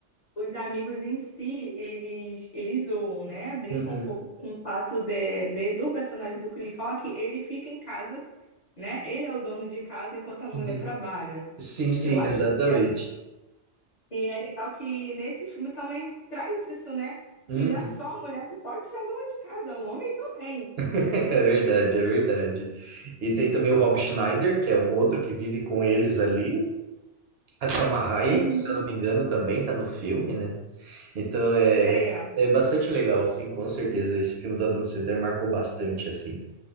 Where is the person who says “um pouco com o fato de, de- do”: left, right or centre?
Left